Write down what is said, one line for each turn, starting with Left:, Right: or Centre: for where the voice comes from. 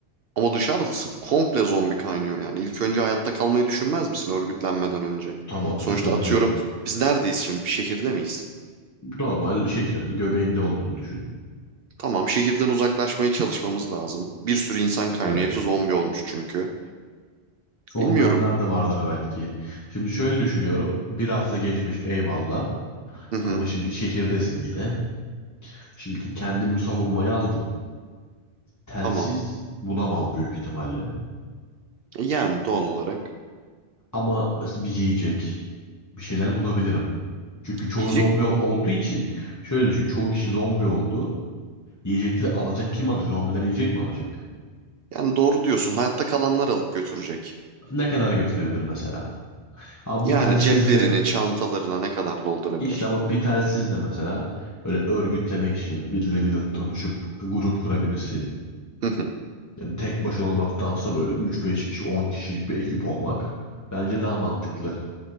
Right: Ama dışarıda komple zombi kaynıyor yani. İlk önce hayatta kalmayı düşünmez misin örgütlenmeden önce?
Left: Tamam
Right: Sonuçta
Left: sıkıntı
Right: atıyorum
Left: yok.
Right: biz neredeyiz şimdi? Bir şehirde miyiz?
Left: Normal şekerin göbeğinde olduğunu düşün.
Right: Tamam şehirden uzaklaşmaya çalışmamız lazım. Bir sürü insan kaynıyor.
Left: Evet.
Right: Hepsi zombi olmuş çünkü.
Left: Olmayanlar
Right: Bilmiyorum.
Left: da vardır belki. Şimdi şöyle düşünüyorum. Bir hafta geçmiş eyvallah.
Right: Hı hı.
Left: Ama şimdi şehirdesin yine. Şimdi kendimi savunmaya aldım. Telsiz
Right: Tamam.
Left: bulamam büyük ihtimalle.
Right: E Yani doğal olarak.
Left: Ama mesela bir yiyecek, bir şeyler bulabilirim. Çünkü çoğu
Right: Yiyecek
Left: zombi olduğu için şöyle düşün. Çoğu kişi zombi oldu. Yiyecekleri alacak kim alacak? Zombiler yiyecek mi alacak?
Right: yani doğru diyorsun. Hayatta kalanlar alıp götürecek.
Left: Ne kadar götürebilir mesela? Ama
Right: Yani
Left: bir telsizle
Right: ceplerini, çantalarına ne kadar doldurabilir?
Left: işte ama bir telsizle mesela böyle örgütlemek için birileriyle tanışıp grup kurabilirsin.
Right: Hı hı.
Left: Yani tek başına olmaktansa böyle üç beş kişi 10 kişilik bir ekip olmak bence daha mantıklı